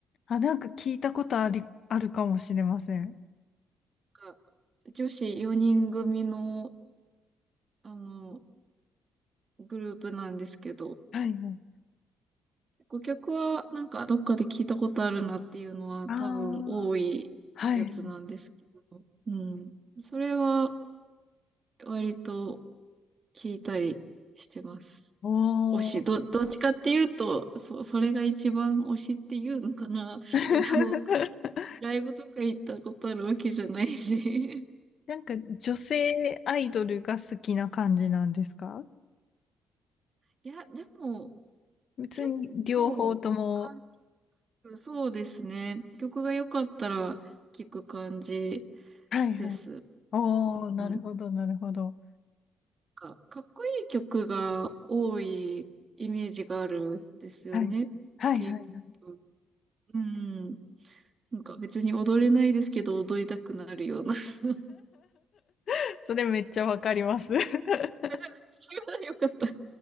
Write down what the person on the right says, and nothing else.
なんか女子4人組の、あの、グループなんですけど、
ご曲はなんかどっかで聞いたことあるなっていうのは多分多いやつなんですけど、
うん。それは割と聞いたりしてます。
推し、ど、どっちかっていうと、そ、それが一番推しっていうのかな。
いやでも、ライブとか行ったことあるわけじゃないし。<laughs>
いや、でも
結構、韓国そうですね。曲が良かったら聞く感じ
です。
うん
か、かっこいい曲が多いイメージがあるんですよね。
K-POP。うん。なんか別に踊れないですけど、踊りたくなるような。<laughs>
あでもそれはよかった。